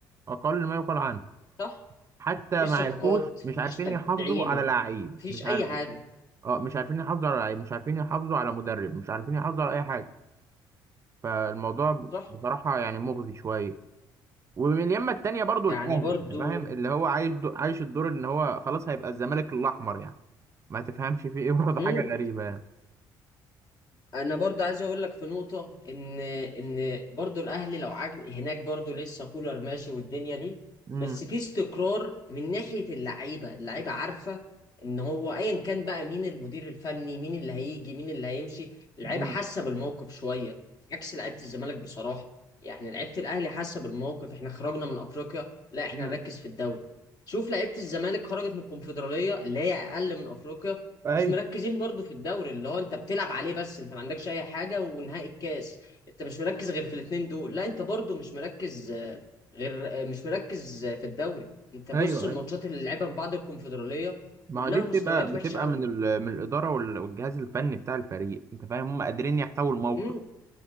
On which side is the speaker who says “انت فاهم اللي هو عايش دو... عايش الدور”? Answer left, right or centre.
Right